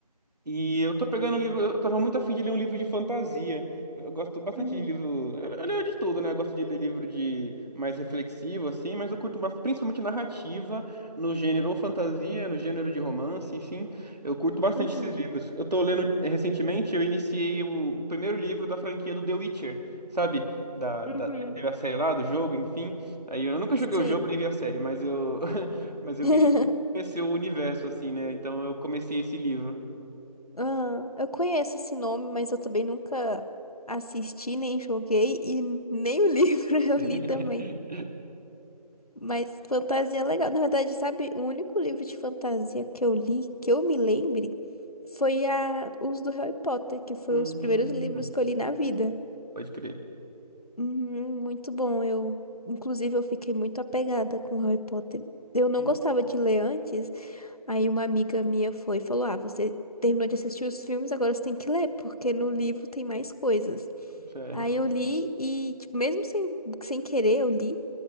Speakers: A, on the right; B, on the left.
A: E eu tô pegando um livro, eu tava muito afim de ler um livro de fantasia. Eu gosto bastante
B: uhum,
A: de livro, eu, eu leio de tudo, né? Eu gosto de ler livro de mais reflexivo assim, mas eu curto bas- principalmente narrativa no gênero ou fantasia, no gênero de romance, sim. Eu curto bastante
B: uhum,
A: esses livros. Eu tô lendo eh, recentemente, eu iniciei o, o primeiro livro da franquia do The Witcher, sabe? Da,
B: uhum.
A: da teve a série lá do jogo, enfim. Aí eu nunca joguei
B: Sim.
A: o jogo nem vi a série, mas eu <laughs> mas eu
B: <laughs>
A: queria conhecer o universo assim, né? Então eu comecei esse livro.
B: Aham, Eu conheço esse nome, mas eu também nunca assisti, nem joguei e nem o livro <laughs> eu
A: <laughs>
B: li também. Mas fantasia é legal. Na verdade, sabe, o único livro de fantasia que eu li, que eu me lembre, foi a, os do Harry Potter, que foi
A: Hum,
B: os primeiros livros que eu li na vida.
A: pode crer.
B: Uhum, muito bom. Eu, inclusive, eu fiquei muito apegada com Harry Potter. Eu não
A: Hum,
B: gostava de ler antes. Aí uma amiga minha foi e falou: Ah, você terminou de assistir os filmes, agora você tem que ler, porque no livro tem mais coisas.
A: Certo,
B: Aí eu li e, tipo, mesmo sem, sem querer, eu li.